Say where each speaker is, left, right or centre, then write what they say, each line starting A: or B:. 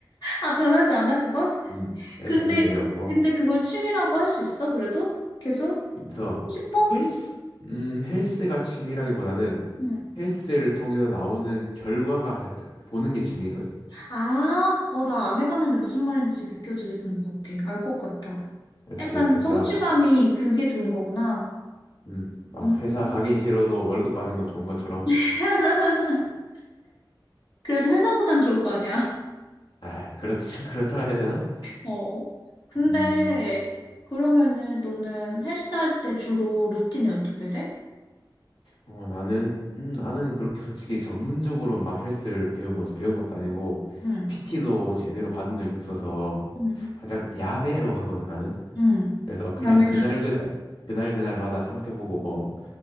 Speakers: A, on the left; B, on the left.
A: 아, 변하지 않아, 그건?
B: 음 헬스는
A: 근데,
B: 재미없고
A: 근데 그걸 취미라고 할 수 있어, 그래도? 계속?
B: 그래서
A: 하고 싶어?
B: 헬스 음 헬스가 취미라기보다는
A: 응.
B: 헬스를 통해서 나오는 결과가 살짝 보는 게 취미인 거지.
A: 아, 어, 나 안 해봤는데 무슨 말인지 느껴지는 것 같아. 알 것 같아.
B: 그렇지
A: 약간
B: 살짝
A: 성취감이 그게 좋은 거구나.
B: 음막
A: 음.
B: 회사 가긴 싫어도 월급 받는 건 좋은 것처럼.
A: <laughs> 그래도 회사보단 좋을 거 아니야. <laughs>
B: 아 그렇지 <laughs> 그렇다고 해야 되나?
A: 어. 근데,
B: 음,
A: 그러면은 너는 헬스할 때 주로 루틴이 어떻게 돼?
B: 어, 나는, 음, 나는 그렇게 솔직히 전문적으로 막 헬스를 배운, 뭐지, 배운 것도 아니고,
A: 응.
B: PT도 제대로 받은 적이 없어서,
A: 응,
B: 살짝 야매로 하거든, 나는.
A: 응.
B: 그래서 그냥
A: 야매라.
B: 그날그날, 그날그날마다 상태 보고, 뭐,